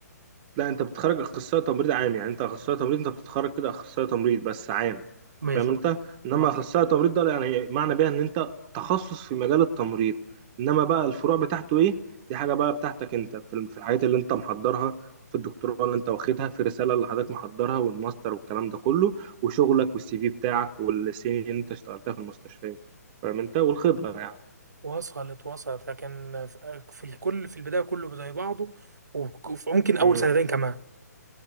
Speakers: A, on the right; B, on the right.
A: لا انت بتتخرج اخصائي تمريض عام يعني انت اخصائي تمريض انت بتتخرج كده اخصائي تمريض بس عام
B: ماشي
A: فاهم انت
B: قول.
A: انما
B: وبعدين
A: اخصائي تمريض ده يعني معنى بيها ان انت تخصص في مجال التمريض انما بقى الفروع بتاعته ايه دي حاجه بقى بتاعتك انت في في الحاجات اللي انت محضرها في الدكتوراه اللي انت واخدها في الرساله اللي حضرتك محضرها والماستر والكلام ده كله وشغلك والسي في بتاعك والسنين اللي انت اشتغلتها في المستشفيات فاهم انت والخبره يعني
B: وصلت وصلت لكن في في الكل في البداية كله زي بعضه وممكن اول
A: امم
B: سنتين كمان